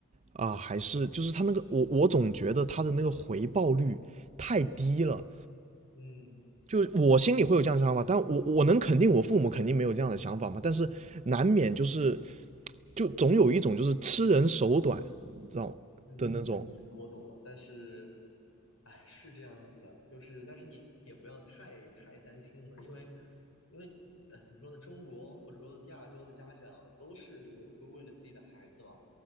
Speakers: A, on the right; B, on the left.
A: 啊、还是就是他那个我我总觉得他的那个回报率太低了。
B: 嗯。
A: 就我心里会有这样的想法，但我我能肯定我父母肯定没有这样的想法嘛，但是难免就是就总有一种就是吃人手短，知道的那种，
B: 嗯，你的意思我懂了，但是，哎，是这样子的，就是，但是你也不要太太担心了，因为，因为，呃，怎么说呢，中国或者说亚洲的家长都是会为了自己的孩子嘛，